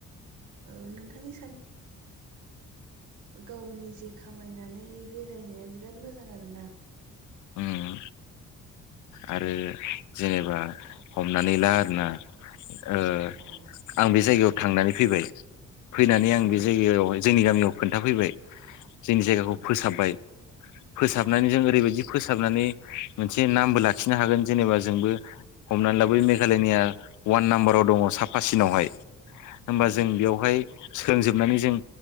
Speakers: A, on the right; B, on the left.
A: औ नोंथांनि गाव नि जे खामायनानै बेरायनाया बिराद मोजां आरोना
B: उम आरो जेनेबा हमनानै ला आरोना ओ
A: औ
B: आं बे जायगायाव थांनानै फैबाय फैनानै आं
A: औ
B: बे जायगायावहाय जोंनि गामियाव खोन्थाफैबाय जोंनि जायगाखौ
A: औ
B: फोसाबबाय फोसाबनानै जों ओरैबायदि फोसाबनानै मोनसे नामबो लाखिनो हागोन जेनेबा जोंबो हमनानै लाबाय मेघालयनिया वान नाम्बाराव दङ' साफासिनावहाय होमबा
A: औ
B: जों बेयावहाय सोलोंजोबनानै जों